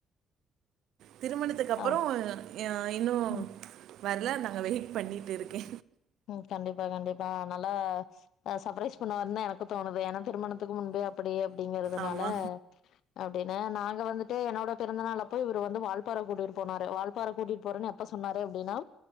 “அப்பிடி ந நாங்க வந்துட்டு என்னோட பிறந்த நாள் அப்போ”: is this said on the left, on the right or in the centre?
Left